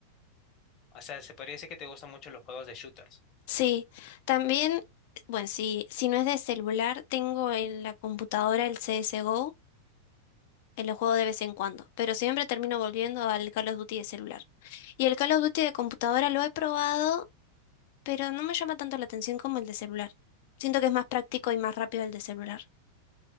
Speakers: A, on the left; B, on the left.
A: O sea, se podría decir que te gustan mucho los juegos de shooters.
B: Sí, también, bueno, si, si no es de celular, tengo en la computadora el CSGO, en lo juego de vez en cuando, pero siempre termino volviendo al Call of Duty de celular. Y el Call of Duty de computadora lo he probado, pero no me llama tanto la atención como el de celular. Siento que es más práctico y más rápido el de celular.